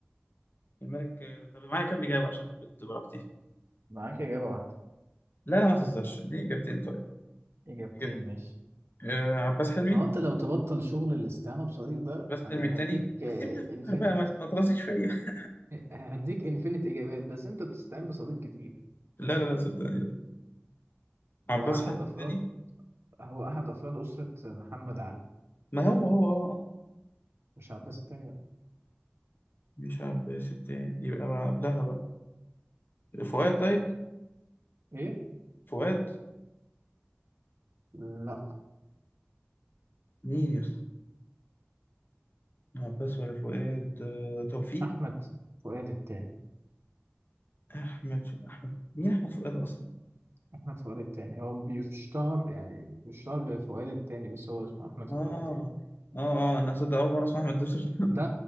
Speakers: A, on the left; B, on the right.
A: كان ملك آه، طب معايا كام إجابة عشان أهبط براحتي
B: معاك إجابة واحدة
A: لا لا ما تهزرش دي إجابتين طيب
B: إجابتين
A: إجابة
B: ماشي
A: آه عباس حلمي
B: ما هو انت لو تبطل شغل الاستعانة بصديق ده
A: عباس
B: انا
A: حلمي التاني
B: هديك
A: بس سيبني أفكر
B: انفينيت
A: بقى ما ما ترازيش فيا <laughs>
B: هديك انفينيت اجابات بس انت بتستعين بصديق كتير
A: لا لا لا صدقني لا عباس
B: هو احد
A: حلمي
B: افراد
A: التاني
B: هو احد افراد اسرة محمد علي
A: ما هو هو آه آه.
B: مش عباس التاني لا
A: مش عباس التاني يبقى بقى قبلها بقى فؤاد طيب
B: ايه
A: فؤاد
B: لا
A: مين يا اسطى عباس ولا فؤاد آه توفيق
B: احمد فؤاد التاني
A: أحمد ف... أحمد مين أحمد فؤاد أصلا
B: أحمد فؤاد التاني هو بيشتهر يعني بيشتهر بفؤاد التاني بس هو اسمه أحمد
A: آه
B: فؤاد التاني
A: آه آه أنا صدق أول مرة أسمع أحمد دبسة
B: ده